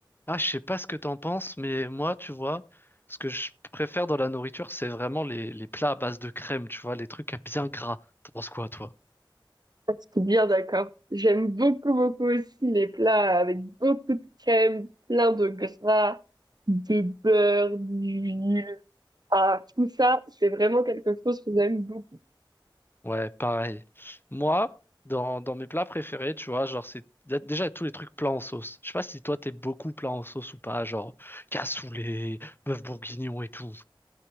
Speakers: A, on the left; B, on the right.
A: Ah, je sais pas ce que t'en penses, mais moi, tu vois, ce que je préfère dans la nourriture, c'est vraiment les, les plats à base de crème, tu vois, les trucs <laughs> à bien gras. T'en penses quoi, toi?
B: Ah, c'est Bien d'accord. J'aime beaucoup, beaucoup aussi les plats avec beaucoup de crème, plein de gras, de beurre, d'huile. Ah, tout ça, c'est vraiment quelque chose que j'aime beaucoup.
A: Ouais, pareil. Moi, dans, dans mes plats préférés, tu vois, genre, c'est dé- déjà tous les trucs plats en sauce. Je sais pas si toi, t'es beaucoup plats en sauce ou pas, genre cassoulet, bœuf bourguignon et tout.